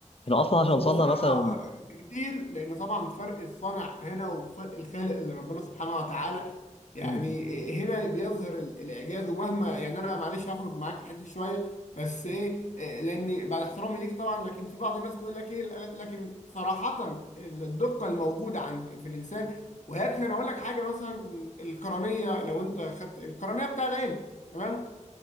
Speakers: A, on the left; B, on the left.
A: احنا اصلا عشان
B: هو
A: نصنع
B: صراحة
A: مثلا
B: كتير لأن طبعا فرق الصنع هنا وفرق الخالق اللي ربنا سبحانه وتعالى يعني
A: مم.
B: هنا بيظهر ال- الإعجاز ومهما يعني أنا معلش هخرج معاك في الحتة دي شوية بس إيه إيه، لأن بعد احترامي ليك طبعا لكن في بعض الناس تقول لك إيه لكن صراحة الدقة الموجودة عند في الإنسان ويكفي أنا أقول لك حاجة مثلا القرنية لو أنت خدت القرنية بتاع العين تمام